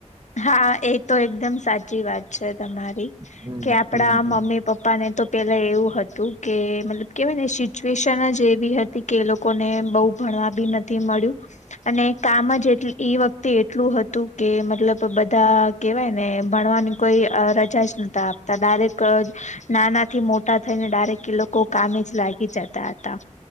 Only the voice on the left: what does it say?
હા એ તો એકદમ સાચી વાત છે. તમારી
કે આપડા
મમ્મી પપ્પા ને તો પેલા એવું હતું કે મતલબ કેહેવાય ને સિચ્યુએશન જ એવી હતી કે એ લોકોને બહુ ભણવા બી નથી મળ્યું અને કામ જ એટલી વખતે એટલું હતું કે મતલબ તો બધા કેવાય ને ભણવાની કોઈ અહ રજા જ નતા આપતા ડારેક કજ નાના થી મોટા થઈને ડારેક એ લોકો કામે જ લાગી જતા હતા